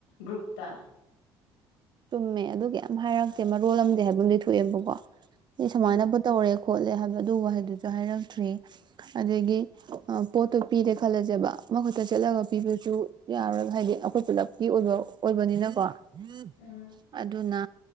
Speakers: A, on the left; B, on the right.
A: ꯒ꯭ꯔꯨꯞꯇ
B: ꯆꯨꯝꯃꯦ ꯑꯗꯨꯒꯤ ꯌꯥꯝ ꯍꯥꯏꯔꯛꯇꯦ ꯃꯔꯣꯜ ꯑꯝꯗ ꯍꯥꯏꯕ ꯑꯗꯤ ꯊꯣꯛꯑꯦꯕꯀꯣ ꯑꯩꯃꯅꯕꯨꯠꯇ
A: ꯎꯝ
B: ꯑꯣꯏꯔꯦ ꯈꯣꯠꯂꯦ ꯍꯥꯏꯕꯗ ꯑꯗꯨ ꯋꯥꯍꯩꯗꯨꯁꯨ ꯍꯥꯏꯔꯛꯇ꯭ꯔꯤ ꯑꯗꯒꯤ ꯄꯣꯠꯇꯣ ꯄꯤꯔꯦ ꯈꯜꯂꯁꯦꯕ ꯃꯈꯨꯠꯇ ꯆꯠꯂꯒ ꯄꯤꯕꯁꯨ ꯌꯥꯔꯣꯏꯕ ꯍꯥꯏꯗꯤ ꯑꯩꯈꯣꯏ ꯄꯨꯜꯂꯞꯀꯤ ꯑꯣꯏꯕ ꯑꯣꯏꯕꯅꯤꯅꯀꯣ ꯌꯦꯠ
A: ꯎꯝ
B: ꯑꯗꯨꯅ